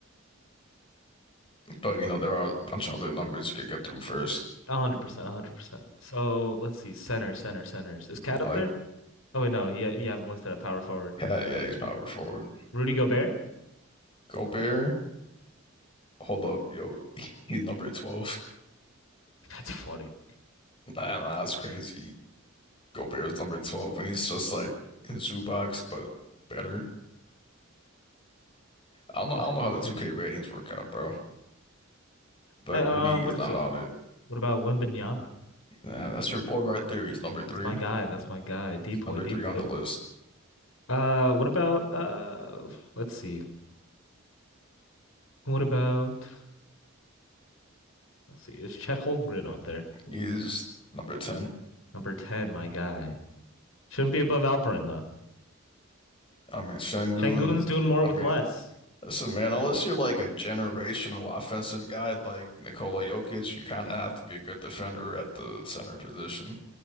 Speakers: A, on the left; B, on the left.
A: But you know, there are a bunch of other numbers you could get through first.
B: 100%, a 100%. So, let's see. Center, center, centers. Is Cat up
A: Like
B: there? Oh wait, no. You, you haven't listed at power forward.
A: Cat, yeah, he's power forward.
B: Rudy Gobert?
A: Gobert, hold up, yo, <laughs> he's number 12.
B: <laughs> That's funny.
A: I do that's crazy. Gobert's number 12 when he's just like in Zubox, but better. I don't know,
B: Is
A: I don't
B: it
A: know
B: bad
A: how the
B: for
A: 2K
B: that?
A: ratings work out, bro. But
B: Hey, um,
A: Rudy
B: what
A: is
B: if
A: not
B: so,
A: on it.
B: what about Wembanyama?
A: Nah, that's your boy right there. He's number
B: That's
A: three.
B: my guy. That's my guy. Depoy,
A: He's number
B: Depoy.
A: three on the list.
B: Uh, what about uh? Let's see. What about? Let's see. Is Chet Holmgren up there?
A: He's number 10.
B: Number ten, my guy. Shouldn't be above Alperin though.
A: I mean, Şengün,
B: Şengün's doing more
A: I
B: with
A: mean,
B: less.
A: Listen, man, unless you're like a generational offensive guy like Nikola Jokic, you kind of have to be a good defender at the center position.